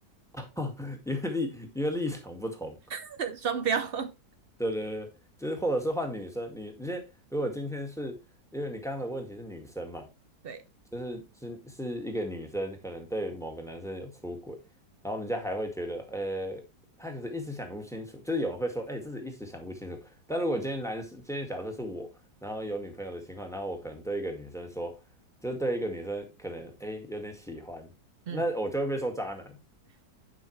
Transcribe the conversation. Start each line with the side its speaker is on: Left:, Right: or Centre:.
Centre: <laughs> 哦，因为立因为立场不同，
Right: <laughs> 双标。<laughs>
Centre: 对对对，就是或者是换女生，你你先，如果今天是因为你刚刚的问题是女生嘛，
Right: 对，
Centre: 就是是是一个女生可能对某个男生有出轨，然后人家还会觉得，呃，她可是一时想不清楚，就是有人会说，哎、自己一时想不清楚。但如果今天男生，今天假设是我，然后有女朋友的情况，然后我可能对一个女生说，就是对一个女生可能，哎、有点喜欢，
Right: 嗯，
Centre: 那我就会被说渣男，